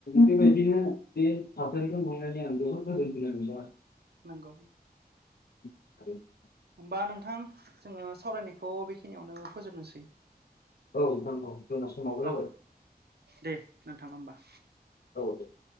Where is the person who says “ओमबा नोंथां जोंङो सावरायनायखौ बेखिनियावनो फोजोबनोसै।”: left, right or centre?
Right